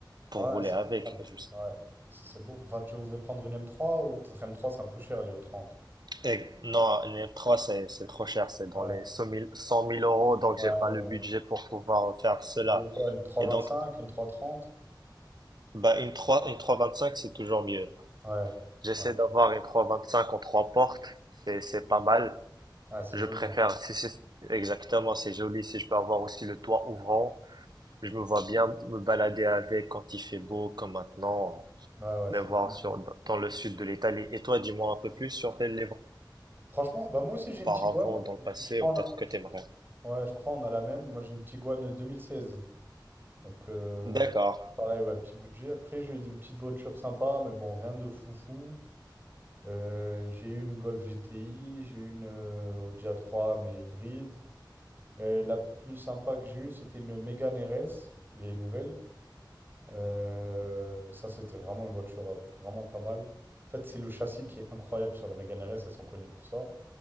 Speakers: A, on the right (about 60°); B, on the right (about 25°).
A: pour
B: Ouais,
A: rouler
B: c'est
A: avec.
B: pas mal.
A: Et je-
B: Ouais. C'est c'est beau. Enfin, tu voudrais prendre une m trois ou peut-être m trois c'est un peu cher, les e trente.
A: et non, une trois c'est c'est trop cher, c'est dans
B: Ouais.
A: les cent mille cent mille euros donc
B: Ouais,
A: j'ai pas
B: ouais,
A: le budget
B: ouais.
A: pour pouvoir faire cela.
B: Tu veux quoi, une trois
A: Et
B: vingt
A: donc
B: cinq, une trois cent trente
A: bah une trois une trois vingt cinq c'est toujours mieux.
B: Ouais.
A: J'essaie
B: Ouais.
A: d'avoir une 325 en trois portes. C'est, c'est pas mal.
B: Ouais, c'est
A: Je
B: joli,
A: préfère,
B: hein.
A: si c'est, exactement, c'est joli. Si je peux avoir aussi le toit ouvrant, je me vois bien me balader avec quand il fait beau, comme maintenant,
B: Ouais, ouais, c'est
A: me voir
B: magnifique.
A: sur, dans le sud de l'Italie. Et toi, dis-moi un peu plus sur tes livres
B: Franchement, bah moi aussi j'ai une
A: auparavant,
B: Tiguan.
A: dans le passé,
B: Je crois
A: ou peut-être
B: on a...
A: que t'aimerais.
B: Ouais, je crois on a la même. Moi j'ai une Tiguan deux mille seize. Donc euh,
A: D'accord.
B: pareil, ouais, petit budget. Après j'ai eu des petites voitures sympas, mais bon, rien de foufou. Euh, j'ai eu une Golf GTI, j'ai eu une euh, Audi a trois mais hybride. Euh, la plus sympa que j'ai eue, c'était une Mégane RS, les nouvelles. Euh, ça c'était vraiment une voiture euh, vraiment pas mal. En fait, c'est le châssis qui est incroyable sur la Mégane RS, elles sont connues pour ça.